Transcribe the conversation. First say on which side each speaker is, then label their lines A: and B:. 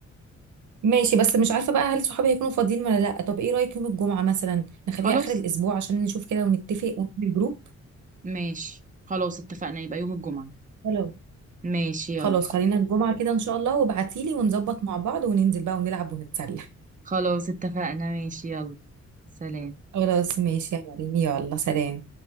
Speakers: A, on the right (about 85°); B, on the right (about 25°).
A: ماشي بس مش عارفة بقى هل صحابي هيكونوا فاضيين ولا لأ طب ايه رأيك يوم الجمعة مثلا نخليها
B: خلاص
A: آخر الأسبوع عشان نشوف كده ونتفق ونعمل الجروب
B: ماشي خلاص اتفقنا يبقى يوم الجمعه
A: حلو
B: ماشي يلا
A: خلاص خلينا الجمعة كده إن شاء الله وابعتيلي ونظبط مع بعض وننزل بقى ونلعب ونتسلى
B: خلاص اتفقنا ماشي يلا سلام
A: خلاص ماشي يا مريم يلا سلام